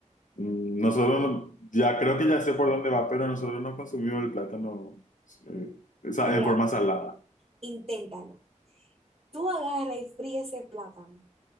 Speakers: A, on the left; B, on the right.
A: Mm, Nosotros, no- ya creo que ya sé por dónde va, pero nosotros no consumimos el plátano eh, o sea,
B: Eh, mira,
A: en forma salada,
B: inténtalo. Tú agarra y fríe ese plátano